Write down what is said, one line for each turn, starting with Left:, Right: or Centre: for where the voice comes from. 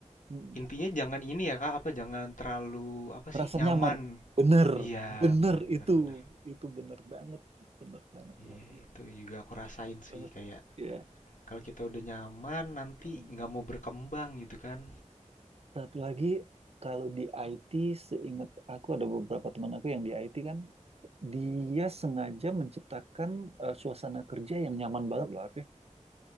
Right: Mm.
Left: intinya jangan ini ya Kak, apa jangan terlalu apa
Right: Merasa
Left: sih nyaman.
Right: nyaman bener
Left: Iya,
Right: bener
Left: benar benar
Right: itu
Left: benar.
Right: itu bener banget bener banget
Left: Iya,
Right: tuh Arfi
Left: itu juga aku rasain sih
Right: banget
Left: kayak
Right: ya
Left: kalau kita udah nyaman nanti
Right: Mm.
Left: nggak mau berkembang gitu kan.
Right: satu lagi kalau di IT seingat aku ada beberapa teman aku yang di IT kan dia sengaja menciptakan eh, suasana kerja yang nyaman banget loh Arfi